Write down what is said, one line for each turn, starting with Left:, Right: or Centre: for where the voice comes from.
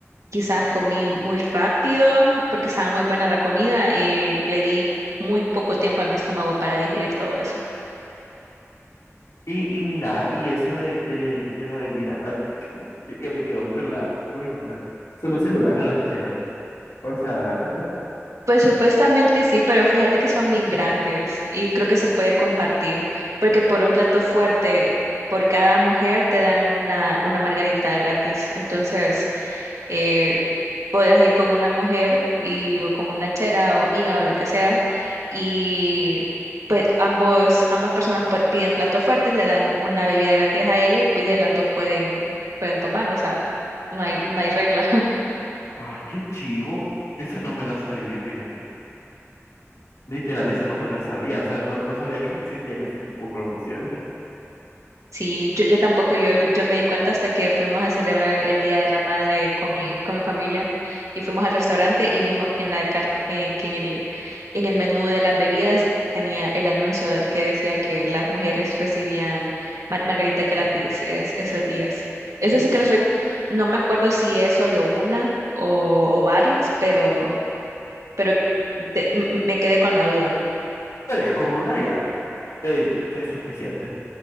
Right: quizás comí muy rápido porque estaba muy buena la comida y le di muy poco tiempo a mi estómago para digerir todo eso.
Left: Y, y mira, y eso de, del- de la bebida, ah, yo que me quedo con la incógnita, solo se lo dan a las cheras. O sea,
Right: Pues supuestamente sí, pero fíjate que son bien grandes y creo que se puede compartir, porque por un plato fuerte, por cada mujer te dan una, una margarita gratis. Entonces, eh, podrás ir con una mujer y, o con una chera o amiga o lo que sea y pues ambos, ambas personas pues, piden platos fuertes, le dan una bebida gratis a ella y, y de las dos pueden, pueden tomar, o sea, no hay, no hay regla. <laughs>
Left: ah, qué chivo. Esa no me la sabía, fíjate. Literal, esa no me la sabía. O sea, no, no sabía que existían ese tipo de promociones.
Right: Sí, yo, yo tampoco, yo, yo me di cuenta hasta que fuimos a celebrar el, el Día de la Madre con mi, con mi familia y fuimos al restaurante y vimos que en la car- eh, que en el, en el menú de las bebidas tenía el anuncio que decía que las mujeres recibían mar- margarita gratis es- esos días. Eso
Left: <laughs> Qué
Right: sí
Left: chivo.
Right: que no soy, no me acuerdo si es solo una o, o varias, pero, pero te- m- m- me quedé con la duda.
Left: Pero ya con una ya eh, es suficiente.